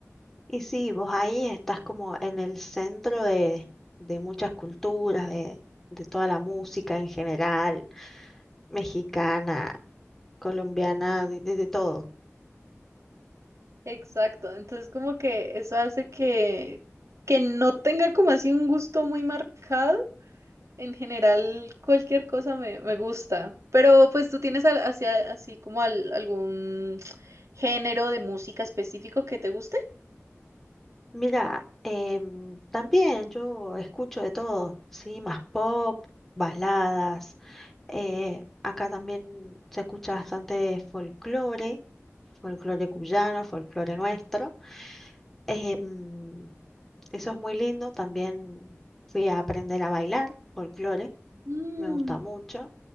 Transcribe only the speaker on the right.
Exacto, entonces como que eso hace que, que no tenga como así un gusto muy marcado, En general, cualquier cosa me, me gusta. Pero pues tú tienes al- hacia, así como al- algún género de música específico que te guste.
Mm.